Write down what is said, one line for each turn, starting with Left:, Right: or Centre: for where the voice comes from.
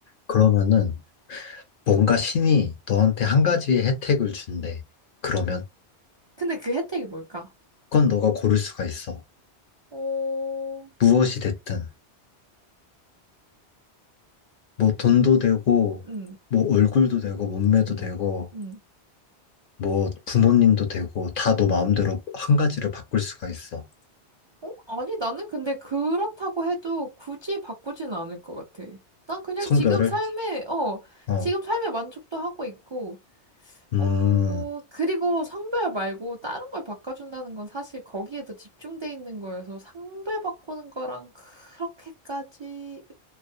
Left: 그러면은 뭔가 신이 너한테 한 가지의 혜택을 준대. 그러면
Right: 근데 그 혜택이 뭘까?
Left: 그건 너가 고를 수가 있어.
Right: 오,
Left: 무엇이 됐든 뭐 돈도 되고
Right: 응
Left: 뭐 얼굴도 되고 몸매도
Right: 응
Left: 되고
Right: 응
Left: 뭐 부모님도 되고 다 너 마음대로 한 가지를 바꿀 수가 있어.
Right: 어? 아니, 나는 근데 그렇다고 해도 굳이 바꾸진 않을 것 같아. 난 그냥
Left: 성별을?
Right: 지금 삶에, 어,
Left: 어
Right: 지금 삶에 만족도 하고 있고,
Left: 음,
Right: 어, 그리고 성별 말고 다른 걸 바꿔준다는 건 사실 거기에 더 집중돼 있는 거여서 성별 바꾸는 거랑 그렇게까지,